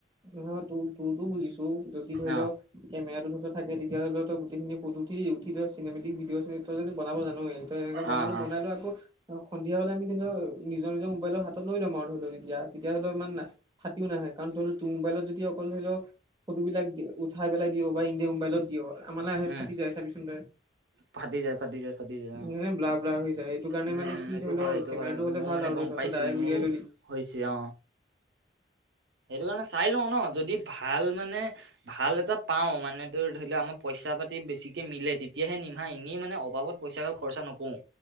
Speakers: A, on the right (about 25°); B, on the right (about 80°).
A: নহয় তোৰ-তোৰতো বুজিছো, যদি ধৰি
B: অ
A: লওঁ। কেমেৰাটোত থাকে, তেতিয়াহলেত গোটেইখিন ফটো উঠি, উঠি, চিনেমেটিক ভিডিঅ চ, বনাব জানোৱেই। এনেকে বনালো
B: অ অ
A: বনাই লয় আকৌ, সন্ধিয়া হ'লে আমি, ধ, সন্ধিয়া হ'লে লক, নিজৰ নিজৰ মোবাইলৰ হাতত লৈ লম আৰু ধৰি ল, নি তেতিয়া, ধৰি লও ইমান ফাটিও নাহে, কাৰণ ধৰি লওঁ তোৰ মোবাইলত যদি অকল ধৰি লওঁ। ফটোবিলাক উঠাই পেলাই দিও বা এনেই মোবাইলত দিও, আমালে আহে
B: উম
A: ফাটি যায় চাবিচোন।
B: ফাটি যায়, ফাটি যায়, ফাটি যায়, অ,
A: মানে ব্লাৰ, ব্লাৰ হৈ যায় এইটো কাৰণে
B: উম
A: মানে
B: উম
A: কি
B: এইটো
A: ধৰি
B: হয়
A: লও,
B: এইটো
A: কেমেৰাটো
B: হয়
A: হ'লে
B: ময়ো
A: ভাল
B: মানে
A: আৰু
B: গম
A: ধৰি
B: পাইছো
A: ল, ডাইৰেক্ট
B: মোৰো
A: উলিয়াই ললি।
B: হৈছে। অ, সেইটো কাৰণে চাই লওঁ ন, যদি ভাল মানে ভাল এটা পাওঁ, মানে তোৰ ধৰি লওঁ আমাৰ পইচা পাতি বেছিকে মিলে, তেতিয়াহে নিম বা, এনেই মানে অভাবত পইচা গাল খৰচা নকৰোঁ।